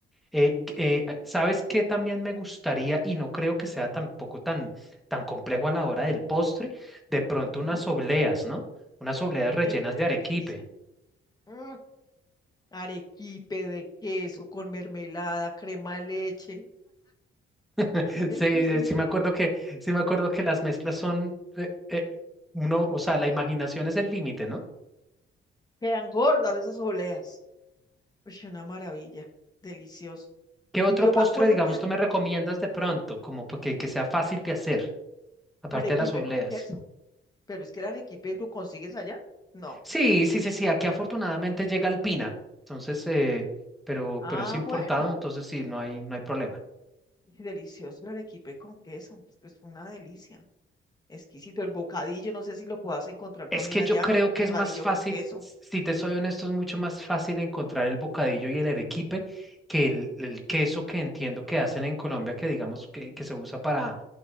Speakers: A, in the centre; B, on the left (about 20°).
A: Eh, que- eh, eh, ¿sabes qué también me gustaría y no creo que sea tampoco tan, tan complejo a la hora del postre? De pronto
B: Ujú.
A: unas obleas, ¿no? Unas obleas rellenas
B: Ay, qué delicia.
A: de arequipe.
B: Mm, arequipe de queso con mermelada, crema de leche.
A: <laughs>
B: <gasps> <laughs> Exquisito.
A: Sí, eh, sí me acuerdo que, sí me acuerdo que las mezclas son, eh, eh, uno, o sea, la imaginación es el límite, ¿no?
B: Quedan gordas esas oleas. Uy, una maravilla. Delicioso.
A: ¿Qué otro
B: Y yo
A: postre,
B: me acuerdo
A: digamos,
B: que
A: tú me recomiendas de pronto, como porque que sea fácil de hacer? aparte
B: arequipe
A: de las obleas.
B: con queso, pero es que el arequipe lo consigues allá. No.
A: Sí, sí, sí, sí, aquí afortunadamente llega alpina, entonces, eh, pero,
B: Ah,
A: pero es importado,
B: bueno.
A: entonces sí, no hay, no hay problema.
B: Y Delicioso el arequipe con queso. Es que es una delicia. Exquisito. El bocadillo, no sé si lo puedas encontrar también
A: Es que
B: allá.
A: yo creo que
B: Bocadillo
A: es más fácil,
B: con queso.
A: si te soy honesto, es mucho más fácil encontrar el bocadillo y el arequipe que el, el queso que entiendo que hacen en Colombia, que digamos que, que se usa para,